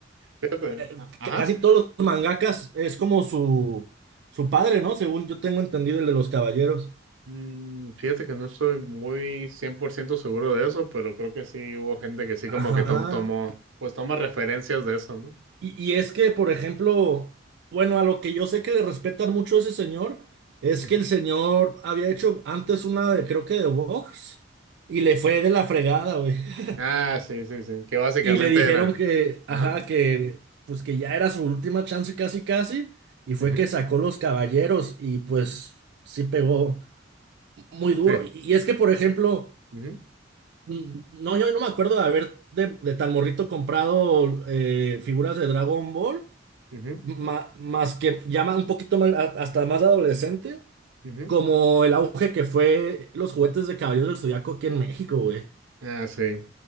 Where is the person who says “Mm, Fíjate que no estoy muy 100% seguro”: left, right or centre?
Right